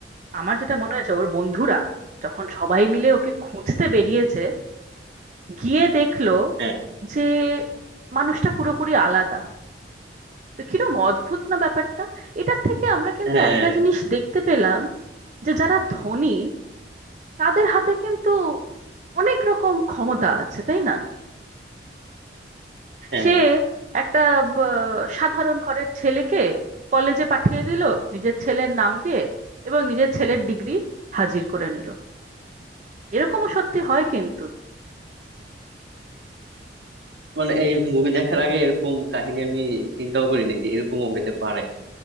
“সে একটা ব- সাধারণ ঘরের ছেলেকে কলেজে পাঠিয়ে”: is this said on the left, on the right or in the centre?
Right